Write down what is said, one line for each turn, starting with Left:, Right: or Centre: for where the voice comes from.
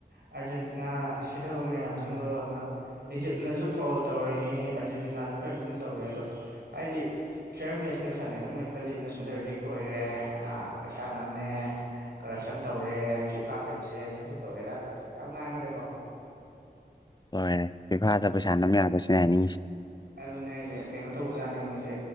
Right: ꯑꯥꯔꯖꯦꯟꯇꯤꯅꯥ ꯁꯤꯊꯕ ꯃꯌꯥꯝꯁꯤꯅ ꯃꯔꯣꯜ ꯑꯃ ꯏꯖꯤꯞꯅꯁꯨ ꯐꯣꯜ ꯇꯧꯔꯤꯅꯤ ꯑꯔꯖꯦꯟ ꯅꯥꯁꯨ ꯈꯔꯗꯤ ꯑꯗꯨꯝ ꯇꯧꯋꯦ ꯑꯗꯣ ꯍꯥꯏꯗꯤ ꯐꯤꯌꯔ ꯃꯦꯠꯁꯅꯦꯕ ꯁꯥꯟꯅꯩ ꯑꯗꯨꯝ ꯃꯣꯏꯅ ꯈꯜꯂꯤꯁꯤꯅ ꯁꯣꯨꯝꯗ ꯔꯤꯛ ꯑꯣꯏꯔꯦ ꯄꯩꯁꯥ ꯅꯝꯃꯦ ꯀꯔꯞꯁꯟ ꯇꯧꯔꯦ ꯐꯤꯐꯥ ꯄ꯭ꯔꯤꯟꯁꯦꯁ ꯑꯗꯨ ꯇꯧꯔꯦꯗꯥ ꯇꯧꯔꯦ ꯌꯥꯝ ꯉꯥꯡꯉꯦꯗꯀꯣ
Left: ꯍꯣꯏꯔ ꯄꯩꯐꯥꯗ ꯄꯩꯁꯥ ꯅꯝ ꯌꯥꯕꯁꯤꯅꯦ ꯍꯥꯏꯅꯤꯡꯉꯁꯤꯦ
Right: ꯑꯗꯨꯅꯦ ꯑꯩꯁꯦ ꯀꯩꯅꯣ ꯇꯧꯕꯖꯥꯠꯅꯦ ꯃꯣꯏꯁꯦ